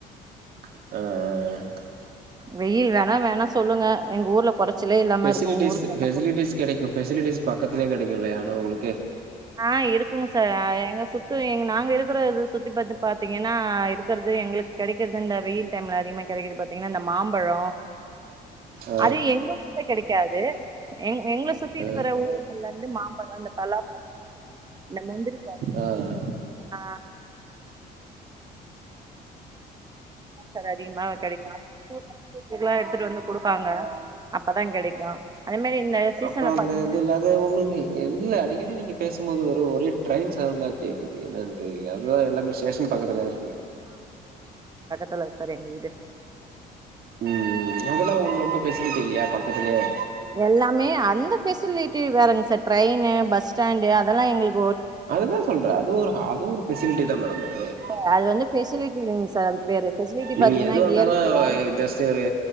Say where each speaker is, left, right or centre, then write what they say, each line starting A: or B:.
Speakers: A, on the right; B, on the right.
A: ஆஹ் ஆஹ் ஆஹ்
B: வெயில் வேணா வேணா சொல்லுங்க எங்க ஊர்ல கொறைச்சலே இல்லாம
A: பெசிலிட்டிஸ்
B: இருக்கு உங்க ஊருக்கு வேணா
A: பெசிலிட்டிஸ் கெடைக்கு பெசிலிட்டிஸ் பா பக்கதுலே கெடைக்கு இல்லையாக ஒங்ளுக்கு
B: ஆ இருக்குங் சார் எங்க சுத்து எங் நாங்க இருக்ற சுத்தி பத்தி பாத்தீங்ன்னா இருக்றது எங்களுக் கெடைக்றது இந்த வெயில் டைம்ல அதிகமா கெடைக்றது பாத்தீங்ன்னா இந்த மாம்பழோ
A: ஆ
B: அது எங்கு கெடைக்காது எ எங்ளுக் சுத்தி
A: ஆ
B: இருக்கற ஊ அதுலந்து மாம்பழோ இந்த பெலா ந முந்தரி
A: ஆ ஆ
B: ஆ சார் அதிகம கெடைக்கொ <unintelligible> ரெகுலர எடுத்துட்டு வந்து குடுப்பாங்க அப்பதா கெடைக்கொ அதே மாரி இந்த சீசன்ல
A: அப்றோ அந்த
B: பாத்தீங்கன்னா
A: இது இல்ல அது உங்களுக்கு இல்ல அடிக்கடி நீங்க பேசும்போது வ ப்றோ ஒரே ட்ரைன் சவுண்டா கேக்குது என்னன் தெர்ல நம்ப ஷேஷன் பக்கத்துல இருக்கு
B: த்ல்ல சார் எங்க வீடு
A: ம் அதெல்லா உங்ளுக்கு ரொம்ப ஃபெசிலிட்டி இல்லையா பக்கத்துலயே
B: எல்லாமே அந்த ஃபெசிலிட்டி வேறங் சார் ட்ரைன்னு பஸ் ஸ்டாண்டு அதெல்லா எங்களுக்
A: அததா சொல்ற அது ஒரு அது ஒரு ஃபெசிலிட்டி தா மேடம் அது <inaudible>
B: சார் அது வந்து ஃபெசிலிட்டி இல்லைங்க சார் அது பேரு ஃபெசிலிட்டி
A: நீங்க
B: பாத்தீங்கன்னா
A: எது வந்தலு
B: இயற்கையா
A: அ ஜஸ்ட் ஒரு